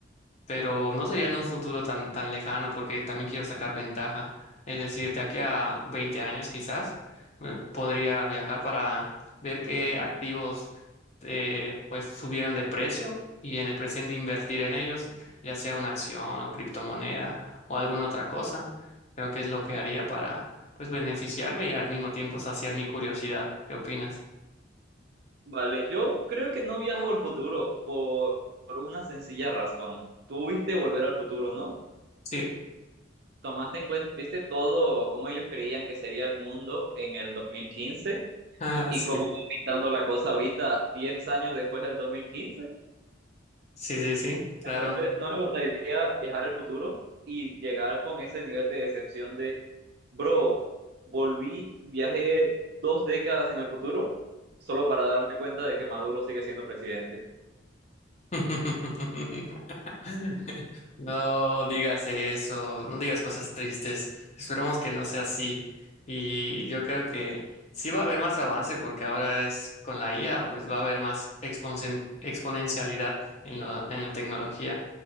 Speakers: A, on the left; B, on the right.
A: pero no sería en un futuro tan, tan lejano porque también quiero sacar ventaja. Es decir, de aquí a 20 años quizás me podría viajar para ver qué activos eh, pues subieron de precio y en el presente invertir en ellos, ya sea una acción o criptomoneda o alguna otra cosa. Creo que es lo que haría para pues beneficiarme y al mismo tiempo saciar mi curiosidad. ¿Qué opinas?
B: Vale, yo creo que no viajo al futuro por, por una sencilla razón. Tú viste Volver al Futuro, ¿no?
A: Sí.
B: Tomaste en cuenta, viste todo cómo ellos creían que sería el mundo en el 2015
A: Ah,
B: y
A: sí.
B: cómo va pintando la cosa ahorita, 10 años después del dos mil quince
A: Sí, sí, sí, claro.
B: Entonces, no me gustaría viajar al futuro y llegar con ese nivel de decepción de, bro, volví, viajé dos décadas en el futuro solo para darme cuenta de que Maduro sigue siendo presidente.
A: <laughs> No digas eso, no digas cosas tristes. Esperemos que no sea así. Y yo creo que sí va a haber más avance porque ahora es con la IA, pues va a haber más exponen- exponencialidad en la- en la tecnología.